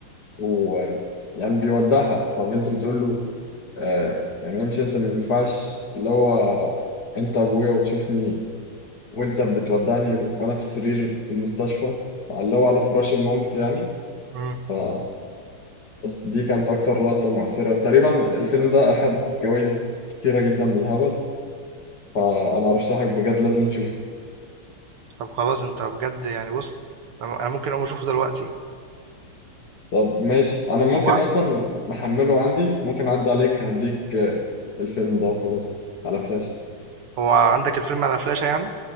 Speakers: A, on the left (about 45°); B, on the right (about 80°).
A: و يعني بيودعها فبنت بتقول له آه يعني امشي انت ما ينفعش اللي هو انت ابويا وتشوفني وانت بتودعني وانا في السرير في المستشفى اللي هو على فراش الموت يعني
B: إمم،
A: فبس دي كانت اكتر لقطة مؤثرة تقريبا الفيلم ده اخد جوائز كتيرة جدا بالهبل فانا ارشحك بجد لازم تشوفه
B: طب خلاص أنت بجد يعني بُص أنا أنا ممكن أقوم أشوفه دلوقتي،
A: طب ماشي انا ممكن
B: هو ع
A: اصلا محمله عندي ممكن اعدي عليك هديك آه، الفيلم ده وخلاص على فلاش
B: هو عندك الفيلم على فلاشة يعني؟